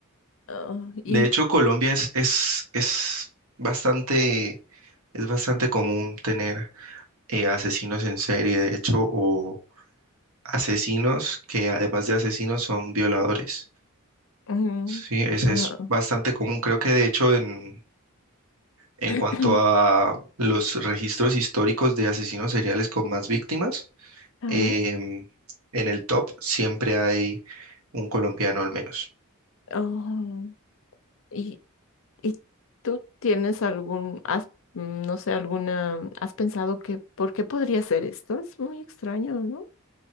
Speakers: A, on the left; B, on the right.
A: Ah, y
B: De hecho, Colombia es, es, es bastante, es bastante común tener eh, asesinos en serie, de hecho, o asesinos que además de asesinos son violadores.
A: mm,
B: Sí, es, es
A: ah,
B: bastante común. Creo que de hecho en, en
A: <clears throat>
B: cuanto a los registros históricos de asesinos seriales con más víctimas,
A: ajá.
B: em, en el top siempre hay un colombiano al menos.
A: Oh, y, y tú tienes algún, has, mm, no sé, alguna, has pensado que, ¿por qué podría ser esto? Es muy extraño, ¿no?